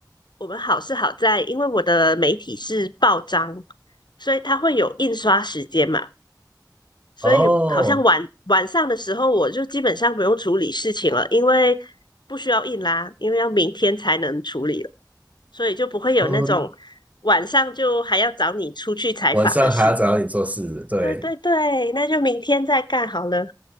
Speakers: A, on the left (about 80°); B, on the right (about 20°).
A: 我们好是好在，因为我的媒体是报章，所以它会有印刷时间嘛。所以好像晚晚上的时候，
B: 哦，
A: 我就基本上不用处理事情了，因为不需要印啦，因为要明天才能处理了。所以就不会有那种
B: 哦，
A: 晚上就还要找你出去采访的事。
B: 晚上还要找你做事，对。
A: 对对对，那就明天再干好了。